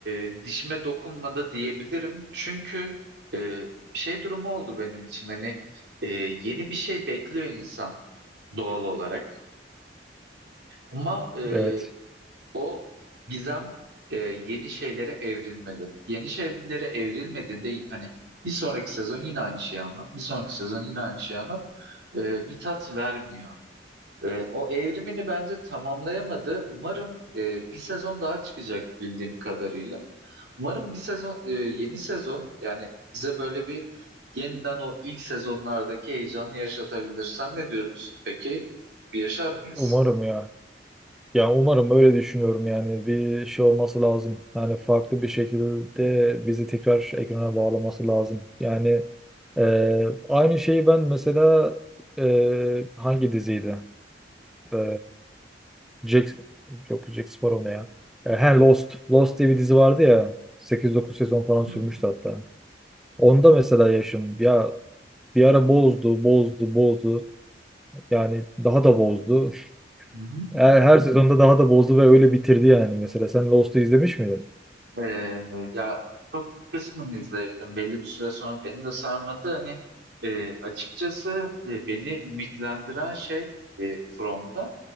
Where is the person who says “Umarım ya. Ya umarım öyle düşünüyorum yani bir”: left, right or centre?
Centre